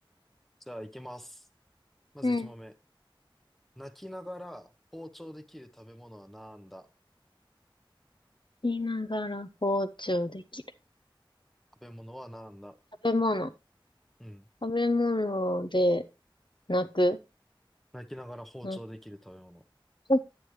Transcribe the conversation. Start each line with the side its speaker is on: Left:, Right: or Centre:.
Centre: じゃあ、いきます。まず1問
Left: うん。
Centre: 目。泣きながら包丁できる食べ物はなんだ
Left: 言いながら包丁できる。
Centre: 食べ物はなんだ
Left: 食べ物。
Centre: うん。
Left: 食べ物で泣く。
Centre: 泣きながら包丁できる食べ物。
Left: 泣く。